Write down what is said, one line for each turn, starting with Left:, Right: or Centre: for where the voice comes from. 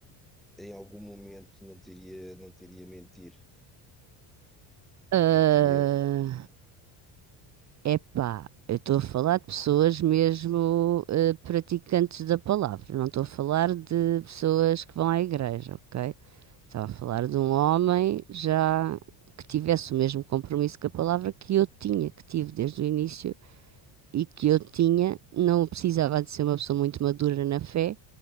Centre: em algum momento não teria, não teria mentir?
Right: Ah,
Centre: Ir teria.
Right: Epá, eu estou a falar de pessoas mesmo eh, praticantes da palavra, não estou a falar de pessoas que vão à igreja, ok? Estava a falar de um homem já que tivesse o mesmo compromisso com a palavra que eu tinha, que tive desde o início e que eu tinha, não precisava de ser uma pessoa muito madura na fé,